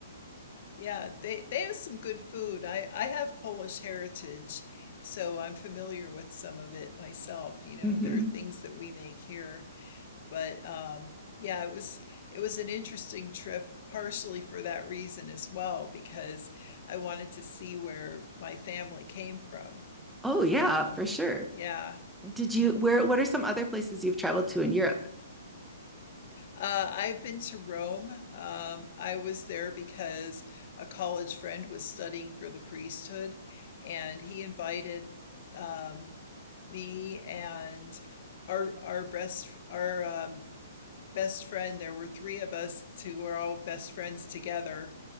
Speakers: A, on the left; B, in the centre.
A: Yeah, they they have some good food. I I have Polish heritage, so I'm familiar with some of it myself. You know,
B: Mm-hmm.
A: there are things that we make here, but um yeah, it was it was an interesting trip partially for that reason as well because I wanted to see where my family came from,
B: Oh yeah,
A: you know.
B: for sure.
A: Yeah.
B: Did
A: hmm
B: you where what are some other places you've traveled to in Europe?
A: Uh, I've been to Rome. Um, I was there because a college friend was studying for the priesthood, and he invited um, me and our our best our um, best friend. There were three of us who were all best friends together.